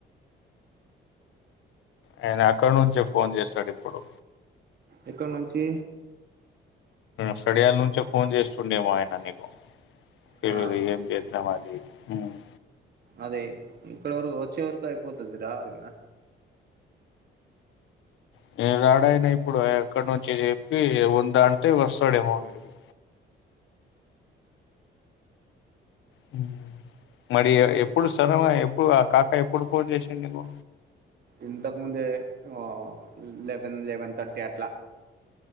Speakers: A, on the left; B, on the right.
A: ఆయన అక్కడ నుంచే ఫోన్ చేస్తాడు ఇప్పుడు
B: ఎక్కడ నుంచి
A: స్టిడియాల నుంచే ఫోన్ చేస్తుండేమో ఆయన నీకు ఇ
B: ఆ
A: ఏం చేసినవ్ అది ఇది అని ఉ
B: అది ఇక్కడ వరకు వచ్చే వరకు అయిపోతుంది రాదు గద
A: ఇగరాదు ఆయన రాడయినా ఇప్పుడు ఎక్కడి నుంచి చెప్పి ఉందాంటే వస్తాడేమో మేబీ హు మరి ఎప్పుడు సర్ ఎప్పుడు ఆ కాకా ఎప్పుడు ఫోన్ చేసిండు నీకు
B: ఇంతకుముందే ఆ లెవెన్ లెవెన్ థర్టీ అట్లా